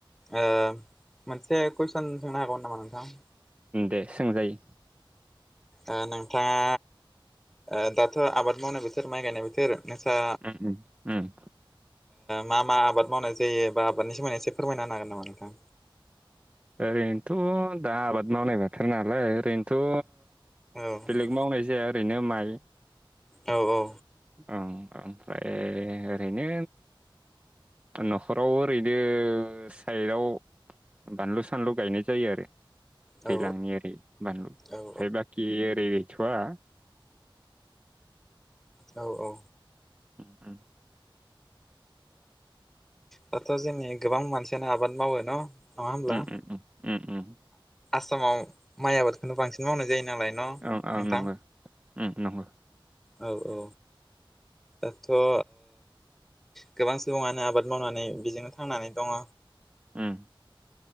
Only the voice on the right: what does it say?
दे सोंजायो।
उम उम उम
ओरैनोथ' दा आबाद मावनाय बोथार नालाय ओरै थ'
बेलेग मावनाय जाया ओरैनो माइ
ओं ओमफ्राय ओरैनो न'खराव ओरैनो साइडआव बानलु सानलु गायनाय जायो आरो।
दैज्लांनि ओरै बानलु आमफ्राय
बाखि ओरै गैथ'वा
उम उम
उम
उम उम उम उम
औ औ
नंगौ। उम नंगौ
उम